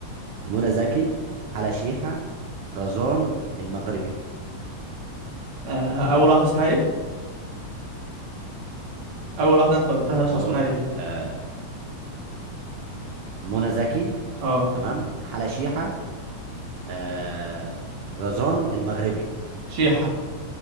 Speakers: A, on the right; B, on the right.
A: منى زكي حلا شيحة رزان المغربي
B: أه... اول واحدة اسمها ايه اول واحدة انت قلتها يا اسطى
A: هقول
B: اسمها
A: لك
B: ايه
A: آه منى زكي
B: اه
A: تمام حلا شيحة آه رزان المغربي
B: شيحة